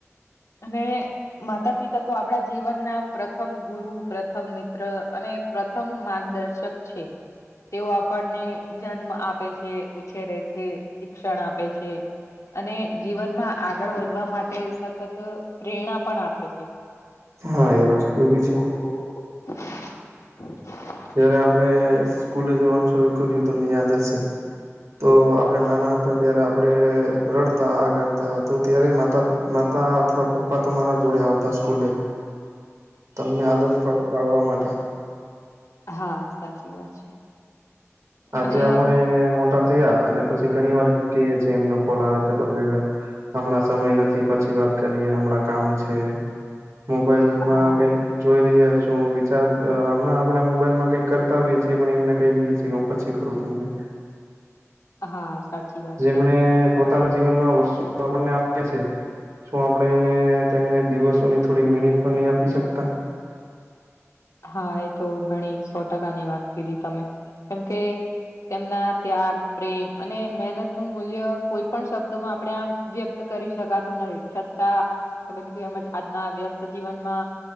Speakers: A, on the left; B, on the right.
A: અને માતા પિતા તો આપડા જીવન ના પ્રથમ ગુરુ પ્રથમ મિત્ર અને પ્રથમ માર્ગદર્શક છે. તેઓ આપણને જન્મ આપે છે ઉછેરે છે શિક્ષણ આપે છે. અને જીવનમાં આગળ વધવા માટે સતત પ્રેરણા પણ આપે છે
B: હા એ વસ્તુ બી છે.
A: ઓ <unintelligible>
B: જયારે આપણે સ્કૂલે જવાનું શરૂ કર્યું તમને યાદ હશે. તો આપણે નાના હતા ત્યારે આપડે રડતા આ કરતા તો ત્યારે માતા પિતા માતા અથવા પપ્પા તમારા જોડે આવતા સ્કૂલે તમને આદત પા પાડવા માટે.
A: હા સાચી વાત છે.
B: આજે
A: અને
B: આપણે મોટા થયા અને પછી ઘણી વાર કે છે એમનો કોલ આવે છે તો કે હમણાં સમય નથી પછી વાત કરીએ હમણાં કામ છે મોબાઈલમાં
A: હા
B: કઈક જોઈ રહ્યા છું વિચાર હમણાં આપડણે મોબાઈલ માં કઈક કરતા હોઈએ છીએ પણ એમને કહી દઈે છીએ પછીું તમને
A: હા સાચી વાત
B: જેમ
A: છે
B: પોતાના જીવનમાં વર્ષો આપને આપ્યા છે શું આપડણે એને તેમને દિવસોની થોડી મિનિટ પર નહી આપી શકતા
A: હા એ તો ઘણી સો ટકાની વાત કીધી તમે કેમ કે તેમના ત્યાગ પ્રેમ અને મહેનત નું મૂલ્ય કોઈ પણ શબ્દોમાં આપણે આમ વ્યક્ત કરી શકાતું નથીહી છતાં તમે કીધું એમજ આજના વ્યસ્ત જીવનમાં